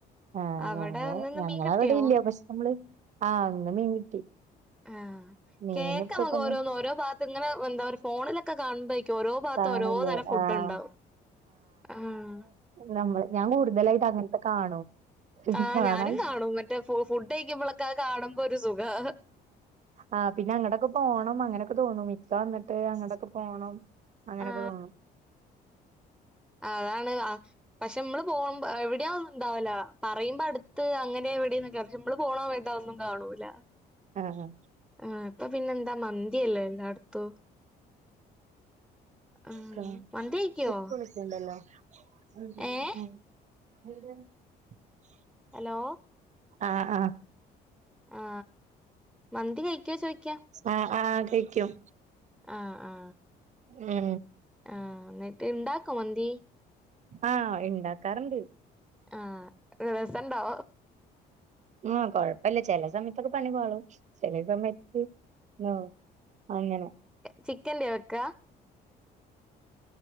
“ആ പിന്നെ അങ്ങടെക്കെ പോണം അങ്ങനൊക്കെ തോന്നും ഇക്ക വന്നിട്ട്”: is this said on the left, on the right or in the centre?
Right